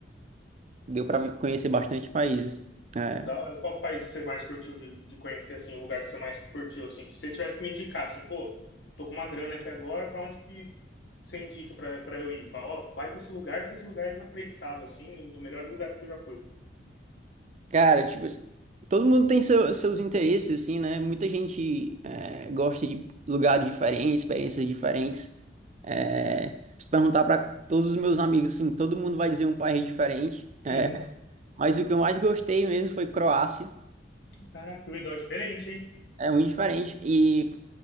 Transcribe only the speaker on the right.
Deu para conhecer bastante países. É.
Cara, tipo, assim, todo mundo tem seu- seus interesses, assim, né? Muita gente é, gosta de lugares diferentes, experiências diferentes. É, se perguntar para todos os meus amigos, assim, todo mundo vai dizer um país diferente. né?
Mas o que eu mais gostei mesmo foi Croácia.
É muito diferente. E